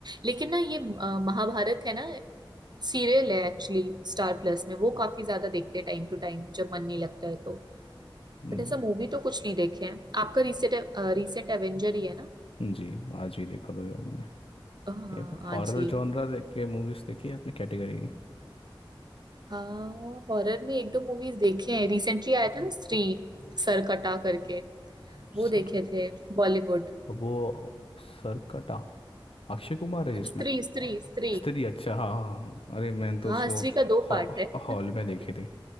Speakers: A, on the right (about 50°); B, on the left (about 85°).
A: लेकिन ना ये अ, महाभारत है ना सीरियल है एक्चुअली स्टार प्लस में वो काफी ज्यादा देखते हैं टाइम टू टाइम जब मन नहीं लगता है तो
B: हम्म,
A: बट ऐसा मूवी तो कुछ नहीं देखे हैं आपका रिसेंट रिसेंट एवेंजर ही है ना
B: जी आज ही देखा था जो मैंने
A: हाँ
B: ये हॉरर
A: आज ही
B: जॉनरा
A: है
B: देख के मूवीज देखी है आपने कैटेगरी की
A: हाँ हॉरर में एक दो मूवीज देखे हैं रिसेंटली आया था ना स्त्री सरकटा करके वो
B: सर
A: देखे थे बॉलीवुड
B: वो सरकटा अक्षय कुमार है जिसमें
A: स्त्री स्त्री स्त्री
B: स्त्री अच्छा हाँ हाँ हाँ। अरे मैंने तो
A: हाँ
B: उसको
A: स्त्री का दो
B: हॉ-
A: पार्ट है
B: हॉल
A: <laughs>
B: में देखी थी